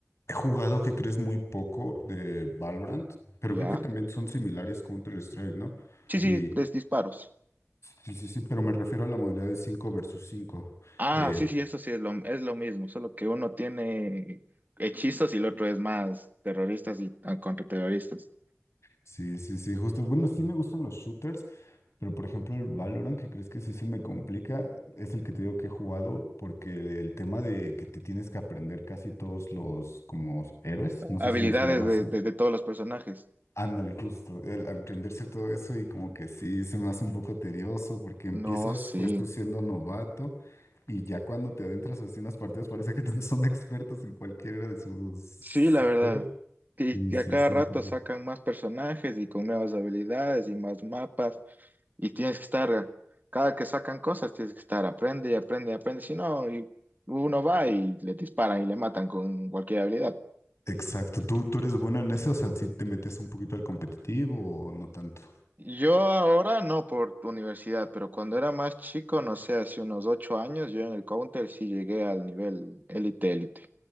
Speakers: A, on the left; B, on the right.
A: jugado, que crees, muy poco de Valorant, pero
B: ¿Ya?
A: creo que también son similares Counter-Strike, ¿no?
B: Sí, sí,
A: Y
B: de disparos.
A: sí, sí, sí, pero me refiero a la modalidad de 5 versus 5.
B: Ah,
A: Eh,
B: sí, sí, eso sí es lo, es lo mismo, solo que uno tiene hechizos y el otro es más terroristas y ah, contraterroristas.
A: sí, sí, sí, justo. Bueno, sí me gustan los shooters. Pero por ejemplo, el Valorant, que crees que sí se me complica, es el que te digo que he jugado, porque el tema de que te tienes que aprender casi todos los como héroes, no sé
B: Habilidades
A: si les llamas,
B: de,
A: ¿eh?
B: de, de todos los personajes.
A: Ándale, justo, el aprenderse todo eso y como que sí se me hace un poco tedioso, porque empiezas
B: No, sí.
A: pues tú siendo novato y ya cuando te adentras así en las partidas parece que <laughs> todos son expertos en cualquiera de sus
B: Sí, la verdad.
A: héroes.
B: Y
A: Y
B: y
A: sí,
B: a cada
A: sí
B: rato
A: me complica.
B: sacan más personajes y con nuevas habilidades y más mapas. Y tienes que estar, cada que sacan cosas, tienes que estar, aprende y aprende y aprende. Si no, y uno va y le disparan y le matan con cualquier habilidad.
A: Exacto, ¿tú, tú eres bueno en eso? O sea, si te metes un poquito al competitivo o no tanto?
B: Yo ahora no por tu universidad, pero cuando era más chico, no sé, hace unos ocho años, yo en el Counter sí llegué al nivel élite, élite,